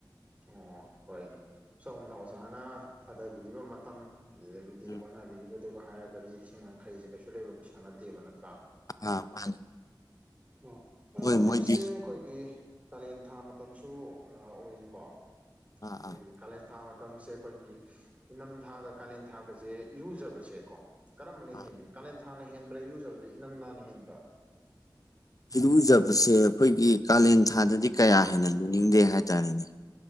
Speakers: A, on the right; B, on the left.
A: ꯑꯣ ꯍꯣꯏꯅꯦ ꯁꯣꯝꯅ ꯑꯣꯖꯥꯅ ꯊꯥꯗꯕꯤꯔꯤꯕ ꯃꯇꯝ ꯑꯗꯨꯗꯒꯤꯗꯤ
B: ꯎꯝ
A: ꯍꯣꯠꯅꯕꯤꯈꯤꯕꯗꯨꯒ ꯍꯥꯏꯔꯒꯗꯤ ꯂꯤꯁꯤꯡ ꯌꯥꯡꯈꯩꯁꯦ ꯀꯩꯁꯨ ꯂꯩꯕ ꯄꯩꯁꯥ ꯅꯠꯇꯦꯕ ꯅꯠꯇ꯭ꯔꯥ
B: ꯑꯥ ꯃꯥꯅꯤ
A: ꯑꯣ ꯑꯗꯣ
B: ꯃꯣꯏ
A: ꯍꯧꯖꯤꯛꯁꯦ
B: ꯃꯣꯏꯗꯤ
A: ꯑꯩꯈꯣꯏꯒꯤ ꯀꯥꯂꯦꯟ ꯊꯥ ꯃꯇꯝꯁꯨ ꯑꯣꯏꯔꯤꯀꯣ
B: ꯑꯥ
A: ꯑꯩꯈꯣꯏꯒꯤ
B: ꯑꯥ
A: ꯀꯥꯂꯦꯟ ꯊꯥ ꯃꯇꯝꯁꯦ ꯑꯩꯈꯣꯏꯒꯤ ꯏꯅꯝꯊꯥꯒ ꯀꯥꯂꯦꯟ ꯊꯥꯒꯁꯦ ꯏꯔꯨꯖꯕꯁꯦꯀꯣ ꯀꯔꯝꯕꯅ
B: ꯑꯥ
A: ꯍꯦꯟꯒꯦ ꯀꯥꯂꯦꯟ ꯊꯥꯅ ꯍꯦꯟꯕ꯭ꯔꯥ ꯏꯔꯨꯖꯕꯁꯦ ꯏꯪꯊꯝ ꯊꯥꯅ ꯍꯦꯟꯕ꯭ꯔꯥ
B: ꯏꯤꯔꯨꯖꯕꯁꯦ ꯑꯩꯈꯣꯏꯒꯤ ꯀꯥꯂꯦꯟ ꯊꯥꯗꯗꯤ ꯀꯌꯥ ꯍꯦꯟꯅ ꯂꯨꯅꯤꯡꯗꯦ ꯍꯥꯏꯇꯥꯔꯦꯅꯦ